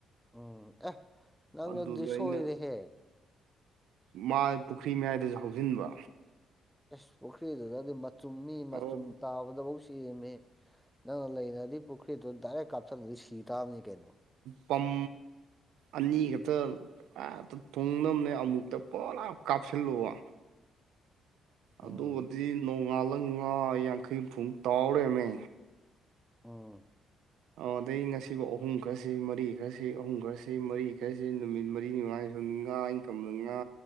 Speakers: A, in the centre; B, on the right.
A: ꯎꯝ ꯑ ꯅꯪꯅꯗꯤ
B: ꯑꯗꯨꯗ
A: ꯁꯣꯏꯔꯦ
B: ꯑꯩꯅ
A: ꯍꯦ
B: ꯃꯥ ꯄꯨꯈ꯭ꯔꯤ ꯃꯌꯥꯏꯗꯁꯨ ꯍꯧꯖꯤꯟꯕ
A: ꯑꯁ ꯄꯨꯈ꯭ꯔꯤꯗꯨꯗꯗꯤ ꯃꯆꯨꯝ ꯃꯤ ꯃꯆꯨꯝ
B: ꯑꯗꯨ
A: ꯇꯥꯕꯗꯐꯧ ꯁꯦꯝꯃꯤ ꯅꯪꯅ ꯂꯩꯅꯗꯤ ꯄꯨꯈ꯭ꯔꯤꯗꯣ ꯗꯥꯏꯔꯦꯛ ꯀꯥꯞꯁꯤꯟꯂꯗꯤ ꯁꯤ ꯇꯥꯕꯅꯤ ꯀꯩꯅꯣ
B: ꯄꯝ ꯑꯅꯤꯒꯇ ꯑ ꯊꯨꯡꯅꯕꯅꯦ ꯑꯃꯨꯛꯇ ꯄꯨꯔꯥꯞ ꯀꯥꯞꯁꯤꯜꯂꯨꯕ
A: ꯎꯝ
B: ꯑꯗꯨꯒꯗꯤ ꯅꯣꯡꯉꯥꯜꯂ ꯉꯥ ꯌꯥꯡꯈꯩ ꯍꯨꯝꯐꯨꯛ ꯇꯥꯎꯔꯦꯃꯦ
A: ꯎꯝ
B: ꯑ ꯑꯗꯩ ꯉꯁꯤꯐꯥꯎ ꯑꯍꯨꯝ ꯈꯔꯁꯤ ꯃꯔꯤ ꯈꯔꯁꯤ ꯑꯍꯨꯝ ꯈꯔꯁꯤ ꯃꯔꯤꯈꯔꯁꯤ ꯅꯨꯃꯤꯠ ꯃꯔꯤꯅꯤꯉꯥꯏ ꯉꯥ ꯏꯪꯀꯝ ꯉꯥ